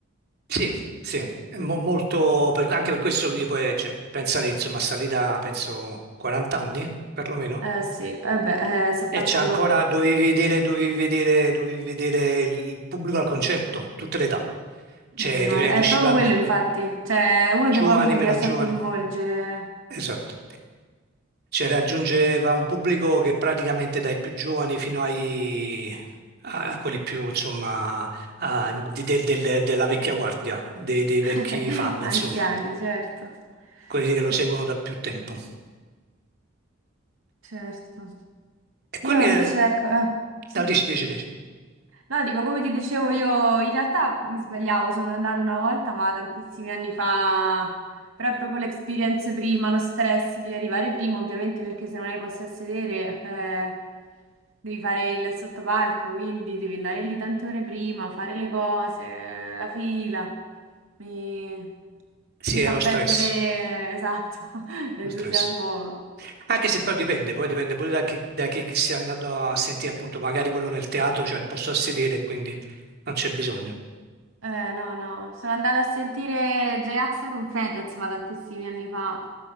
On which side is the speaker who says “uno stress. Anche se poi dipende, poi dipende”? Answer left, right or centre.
Right